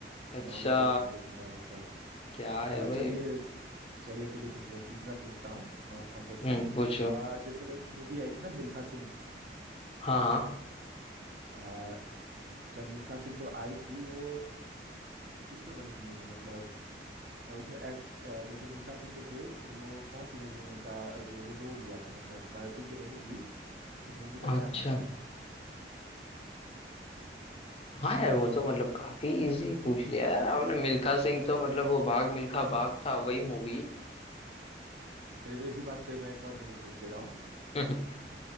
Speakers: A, on the left; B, on the right.
A: <laughs> अच्छा
B: नॉलेज है कि नहीं थोड़ा मतलब
A: क्या
B: अच्छा
A: है भाई
B: चलिए चलिए ठीक है दूसरा तीसरा पूछता हूँ मैं अपना क्वेश्चन
A: हम्म पूछो
B: जैसे एक मूवी आई थी ना मिल्खा सिंह
A: हाँ हाँ
B: अ, जब मिल्खा सिंह जो आई थी वो किस पे बनी थी मूवी मतलब अ, उसमें एक्ट जैसे मिल्खा सिंह जो थे वो कौन सी मूवी में उनका रोल हुआ था मतलब बायोपिक जो बनी थी उस मूवी का क्या
A: अच्छा
B: नाम था
A: हाँ यार वो तो मतलब काफी इजी पूछ लिया यार आपने मिल्खा सिंह तो मतलब वो भाग मिल्खा भाग था वही मूवी
B: चलिए तो इसी बात पे मैं एक और मूवी पूछ ले रहा हूँ
A: <laughs>